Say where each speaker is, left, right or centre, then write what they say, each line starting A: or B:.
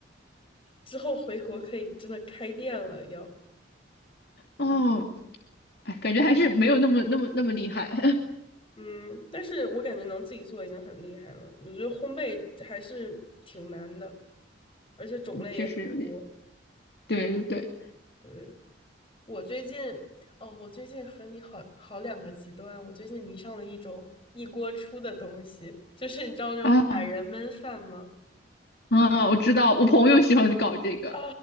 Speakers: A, on the left (about 30°); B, on the left (about 55°).
A: 之后回国可以真的开店了要。
B: 哦，哎，感觉还是没有那么那么那么厉害。<laughs>
A: 嗯，但是我感觉能自己做已经很厉害了。我觉得烘焙还是挺难的，而且种类也很多。
B: 确实有点，对对对，
A: 对，我最近，哦，我最近和你好好两个极端。我最近迷上了一种一锅出的东西，就是你知道那种懒人焖饭吗？
B: 啊啊，我知道，我朋友喜欢搞这个，
A: 啊，